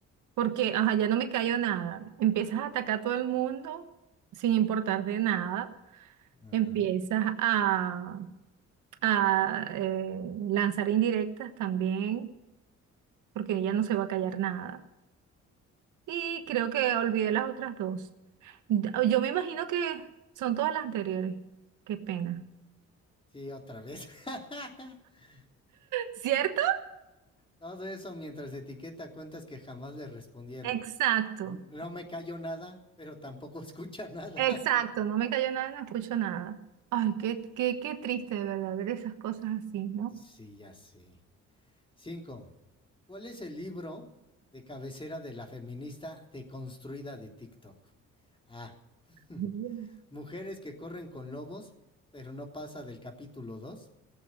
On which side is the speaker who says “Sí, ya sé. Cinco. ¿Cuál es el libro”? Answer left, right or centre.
Left